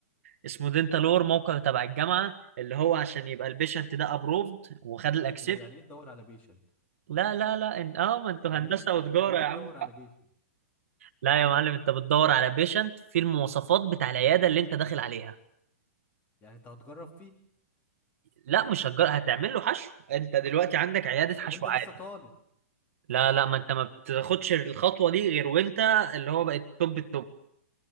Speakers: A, on the right; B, on the left.
A: اسمه دينتالور موقع تبع الجامعه اللي هو عشان يبقى البيشنت ده ابروفد وخد الاكسبت
B: هو يعني ايه تدور على بيشنت
A: لا لا لا إن... اه ما انتوا
B: يعني
A: هندسه
B: ايه
A: وتجاره
B: يعني ايه
A: يا
B: تدور
A: عم
B: على بيشنت
A: لا يا معلم انت بتدور على بيشنت في المواصفات بتاع العياده اللي انت داخل عليها
B: يعني انت هتجرب فيه
A: لا مش هتجر... هتعمل له حشو انت دلوقتي عندك عياده حشوات
B: طب انت لسه طالب
A: لا لا ما انت ما بتاخدش الخطوه دي غير وانت اللي هو بقت توب التوب